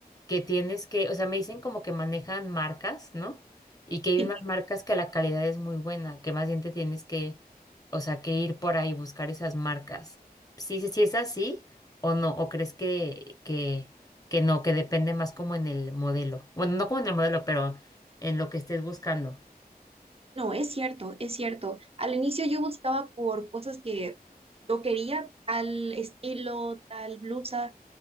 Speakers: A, on the left; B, on the right.
A: que tienes que, o sea, me dicen como que manejan marcas, ¿no? Y que hay
B: Sí.
A: unas marcas que la calidad es muy buena, que más bien te tienes que o sea, que ir por ahí, buscar esas marcas. Sí, sí, sí es así o no, o crees que, que, que no, que depende más como en el modelo. Bueno, no como en el modelo, pero en lo que estés buscando.
B: No, es cierto, es cierto. Al inicio yo buscaba por cosas que yo quería, tal estilo, tal blusa.